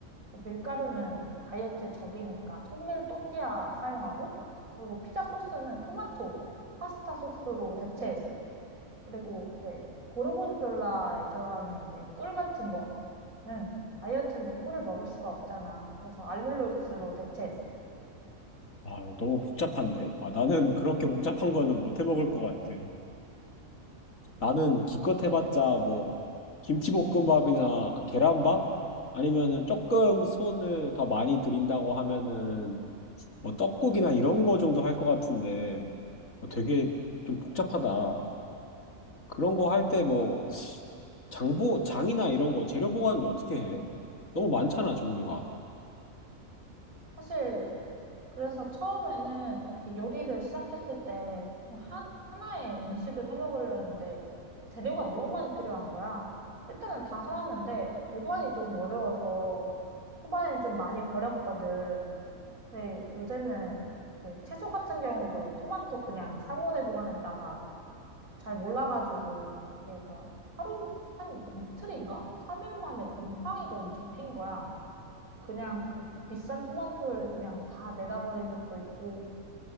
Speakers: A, on the right; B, on the left.
A: 그 밀가루는 다이어트의 적이니까 통밀 또띠아 사용하고, 그리고 피자 소스는 토마토 파스타 소스로 대체했어. 그리고 이제 고르곤졸라에 들어가는 이제 꿀 같은 거 는 다이어트인데 꿀을 먹을 수가 없잖아. 그래서 알룰로스로 대체했어.
B: 아, 너무 복잡한데? 아, 나는 <laughs> 그렇게 복잡한 거는 못 해 먹을 것 같아. 나는 기껏 해봤자 뭐 김치볶음밥이나 계란밥? 아니면은 조금 손을 더 많이 들인다고 하면은 뭐 떡국이나 이런 거 정도 할 것 같은데 어, 되게 좀 복잡하다. 그런 거 할 때 뭐 장보, 장이나 이런 거 재료 보관은 어떻게 해? 너무 많잖아, 종류가.
A: 사실 그래서 처음에는 이렇게 요리를 시작했을 때 그냥 한, 하나의 음식을 해 먹으려는데 재료가 너무 많이 필요한 거야. 일단은 다 사놨는데 보관이 조금 어려워서 초반에는 좀 많이 버렸거든. 근데 요새는 이제 채소 같은 경우도 토마토 그냥 상온에 보관했다가 잘 몰라가지고 얘가 하루 한 이틀인가? 3일 만에 곰팡이가 엄청 핀 거야. 그냥 그 비싼 토마토를 그냥 다 내다 버린 적도 있고.